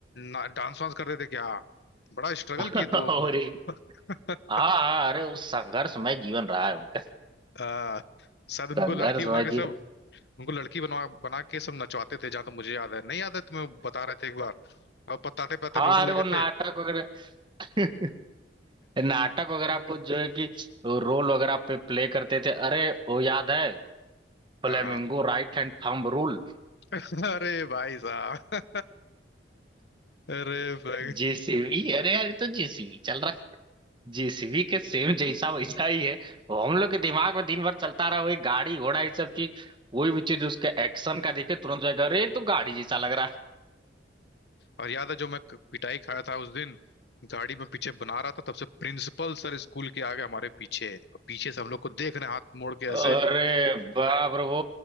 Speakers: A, on the left; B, on the right.
A: ना- डांस वांस करते थे क्या बड़ा स्ट्रगल
B: <laughs>
A: किए थे वो
B: और
A: अपने।
B: ये-
A: <laughs>
B: हाँ हाँ, अरे उस संघर्षमय जीवन रहा है उनका
A: आ, शायद उनको
B: संघर्षमय
A: लड़की बना के सब
B: जी
A: उनको लड़की बनवा बना के सब नचवाते थे जहां तक मुझे याद है नहीं याद है तुम्हें बता रहे थे एक बार और बताते बताते
B: हाँ
A: रोने
B: अरे
A: लगे
B: वो नाटक
A: थे
B: वगैरह <laughs> नाटक वगैरह कुछ जो है कि वो रोल वगैरह पे प्ले करते थे अरे वो याद है flamingo
A: हाँ
B: right hand thumb rule
A: <laughs> अरे भाई साहब अरे भाई
B: JCB <laughs> अरे यार ये तो जेसीबी चल रहा जेसीबी के सेम जैसा वैसा ही है वो हम लोग के दिमाग में दिन भर चलता रहा वही गाड़ी घोड़ा ये सब चीज कोई भी चीज उसके एक्शन का दिखे तुरंत जाएगा अरे ये तो गाड़ी जैसा लग रहा है
A: और याद है जो मैं क- पिटाई खाया था उस दिन गाड़ी में पीछे बना रहा था तब से प्रिंसिपल सर स्कूल के आगे हमारे पीछे है और पीछे से हम लोग को देख रहे हैं हाथ मोड़ के ऐसे
B: अरे बाप रे वो